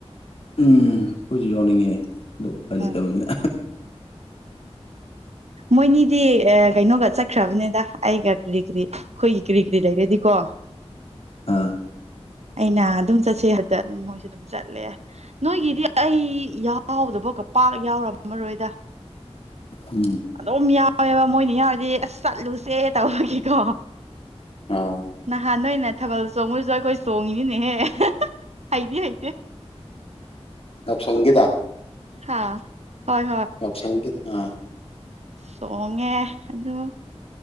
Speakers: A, on the left (about 60°); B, on the right (about 75°).
A: ꯎꯝ ꯑꯩꯈꯣꯏꯁꯨ ꯌꯥꯎꯅꯤꯡꯉꯦ ꯑꯗꯨ ꯎꯄꯥꯏ
B: ꯍꯣꯏ
A: ꯂꯩꯇꯕꯅꯤꯅ
B: ꯃꯣꯏꯅꯤꯗꯤ ꯀꯩꯅꯣꯒ ꯆꯠꯈ꯭ꯔꯕꯅꯦꯗ ꯑꯩꯒ ꯀꯔꯤ ꯀꯔꯤ ꯑꯩꯈꯣꯏꯒꯤ ꯀꯔꯤ ꯀꯔꯤ ꯂꯩꯔꯦꯗꯤꯀꯣ <inaudible>
A: ꯑꯥ
B: ꯑꯩꯅ ꯑꯗꯨꯝ ꯆꯠꯁꯦ ꯍꯦꯏꯕ ꯃꯣꯏꯁꯨ ꯑꯗꯨꯝ ꯆꯠꯂꯦ ꯅꯣꯏꯒꯤꯗꯤ ꯑꯩ ꯌꯥꯎꯗꯕ ꯄꯥꯛ ꯌꯥꯎꯔꯝꯃꯔꯣꯏꯗ
A: ꯎꯝ
B: ꯑꯗꯨꯝ ꯌꯥꯎꯋꯦꯕ ꯃꯣꯏꯅ ꯌꯥ ꯑꯁ ꯆꯠꯂꯨꯁꯦ ꯇꯧꯕꯒꯤꯀꯣ
A: ꯑꯣ
B: ꯅꯍꯥꯟ ꯅꯣꯏꯅ ꯊꯥꯕꯜ ꯆꯣꯡꯕꯁꯨ ꯑꯈꯣꯏ ꯆꯣꯡꯉꯤꯅꯦꯍꯦ ꯍꯩꯗꯤ ꯍꯩꯇꯦ
A: ꯁꯪꯒꯤꯗ
B: ꯍꯥ ꯍꯣꯏ ꯍꯣꯏ
A: ꯌꯥꯎꯁꯪꯒꯤꯗ ꯑꯥ
B: ꯆꯣꯡꯉꯦ ꯑꯗꯨ